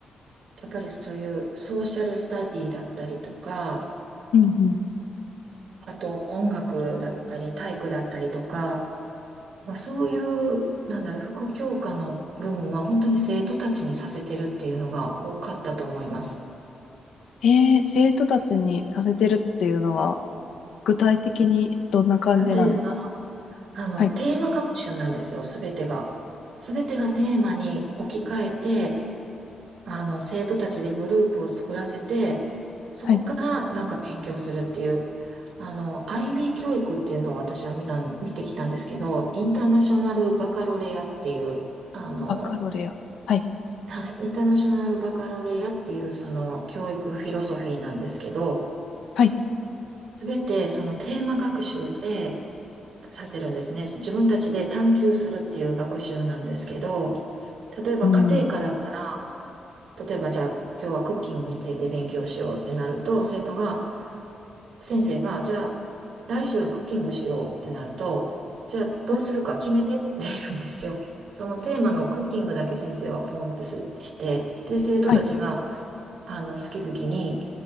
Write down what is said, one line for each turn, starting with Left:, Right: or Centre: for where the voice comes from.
Right: やっぱりそういうソーシャルスタディだったりとか
Left: うんうん。
Right: あと音楽だったり体育だったりとかまあ、そういう、なんだろう、副教科の部分は本当に生徒たちにさせてるっていうのが多かったと思います。
Left: えー、生徒たちにさせてるっていうのは具体的にどんな感じなんですか
Right: 例えば、あの、
Left: はい。
Right: テーマ学習なんですよ、すべてが。すべてがテーマに置き換えて、あの、生徒たちでグループを作らせて、そこからなんか勉強するっていう、
Left: はい
Right: あの、IB 教育っていうのを私は見たん、見てきたんですけど、インターナショナルバカロレアっていう、あの、
Left: バカロレア。はい。
Right: はい、インターナショナルバカラオレアっていうその教育フィロソフィーなんですけど、
Left: はい。
Right: すべてそのテーマ学習でさせるんですね。自分たちで探求するっていう学習なんですけど、例えば家庭科だったら、
Left: うん。
Right: 例えばじゃあ今日はクッキングについて勉強しようってなると、生徒が、先生が、じゃあ来週クッキングしようってなると、じゃあどうするか決めてって言うんですよ。
Left: はい。
Right: そのテーマのクッキングだけ先生はポンとすして、で、生徒たちが、
Left: はい。
Right: あの、好き好きに、